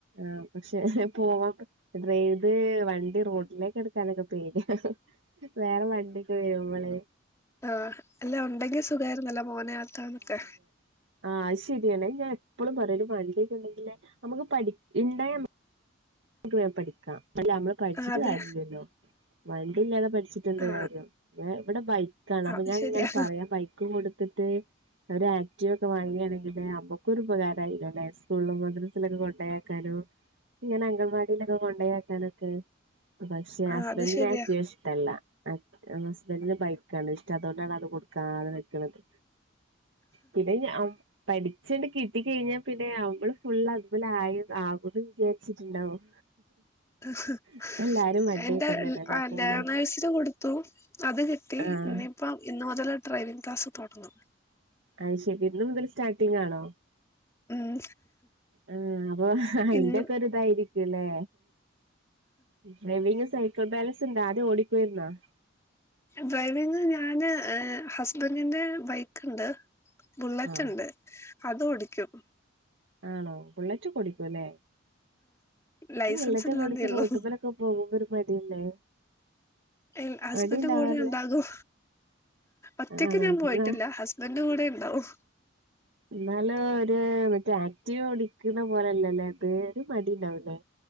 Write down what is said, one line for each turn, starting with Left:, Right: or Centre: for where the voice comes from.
Right: ആഹ് പക്ഷെ പോവാ ഡ്രൈത് വണ്ടി റോഡിലേക്ക് എടുക്കാനൊക്കെ പേടിയ വേറെ വണ്ടിയൊക്കെ വരുമ്പളെ
Left: ആഹ് അല്ല ഉണ്ടെങ്കി സുഖമായിരുന്നല്ലോ മോനെ ആകാനൊക്കെ
Right: ആഹ് അത് ശരിയാണ് ഞാൻ എപ്പോളും പറയും ഒരു വണ്ടി ഒക്കെ ഉണ്ടെങ്കിലെ നമുക്ക് പഠി ഇണ്ടായ മ ക്ക് വേഗം പഠിക്കാം അല്ല നമ്മള് പഠിച്ചിട്ട്
Left: ആ അതെ
Right: കാര്യമില്ലല്ലോ വണ്ടി ഇല്ലാതെ പഠിച്ചി ന്താ
Left: ആ
Right: കാര്യം ഇവിടെ ബൈക്കാണ് അപ്പൊ
Left: അത്
Right: ഞാൻ
Left: ശരിയാ
Right: ഇങ്ങനെ പറയാ ബൈക്ക് കൊടുത്തിട്ട് ഒരു ആക്റ്റീവ ഒക്കെ വാങ്ങിയാണെങ്കില് അമ്മുക്കൊ രു ഉപകാരായിനല്ലെ സ്കൂളിലും മദ്രസയിലൊക്കെ കൊണ്ടേയാക്കാനും ഇങ്ങനെ അങ്കൻവാടിയിലൊക്കെ കൊണ്ടയാക്കാനൊക്കെ പക്ഷെ
Left: ആ
Right: ഹസ്ബൻഡിന്
Left: അത് ശരിയാ
Right: ആക്റ്റിവ ഇഷ്ട ട്ടല്ല ഹസ്ബൻഡന് ബൈക്കാണ് ഇഷ്ടം അതുകൊണ്ടാണ് അത് കൊടുക്കാത നിക്കണത് പിന്നെ ഞ പഠിച്ചണ്ട് കിട്ടി കഴിഞ്ഞാ പിന്നെ അവമ്മള് ഫുള് അതിമ്മല് ആയി ആകന്ന് വിചാരിച്ചിട്ടുണ്ടാവും
Left: അ <unintelligible>
Right: ഇപ്പ എല്ലാരും വണ്ടിയായിട്ടന്നല്ലല്ലേ
Left: എന്റെ ആഹ്
Right: പോണത്
Left: ലേണേഴ്സിന് കൊടുത്തു അത് കിട്ടി
Right: ആഹ്
Left: ഇനി ഇപ്പോം ഇന്ന് മുതല് ഡ്രൈവിംഗ് ക്ലാസ് തുടങ്ങും
Right: അയ്ശെരി ഇന്ന് മുതല് സ്റ്റാർട്ടിംഗ് ആണോ
Left: ഉം
Right: ആഹ് അപ്പൊ അയിന്റെക്കൊരിത്
Left: ഇന്ന്
Right: ക്കായിരിക്കല്ലേ ഡ്രൈവിംഗ് സൈക്കിൾ ബാലൻസ് ണ്ടാ ആദ്യം ഓടിക്കോയിരുന്നോ
Left: ഡ്രൈവിംഗ് ഞാന് ഹസ്ബന്റിന്റെ ബൈക്ക്ണ്ട് ബുള്ളറ്റ്ണ്ട്
Right: ആഹ്
Left: അത് ഓടിയ്ക്കും
Right: ആണോ ബുള്ളറ്റൊക്കെ ഓടിക്കുവല്ലേ
Left: ലൈസൻസ്
Right: ഈ ബുള്ളറ്റൊക്കോടിച്ച്
Left: ഇല്ലാന്നേ ഉള്ളൂ
Right: റോട്ടമലൊക്കെ പോകുമ്പോ ഒരു മടിയല്ലേ
Left: ഇൽ ഹസ്ബൻഡ്
Right: മടി ഇണ്ടാവാറില്ല
Left: കൂടെ ഉണ്ടാകും ഒറ്റയ്ക്ക്
Right: ആണോ
Left: ഞാൻ
Right: എന്നാ
Left: പോയിട്ടില്ല ഹസ് ബന്റ് കൂടെ ഇണ്ടാവും
Right: ന്നാലൊരു മറ്റേ ആക്ടിവ ഓടിക്ക്‌ന്ന പോലെല്ലല്ലോ അത് ഒരു മടിണ്ടാവൂലെ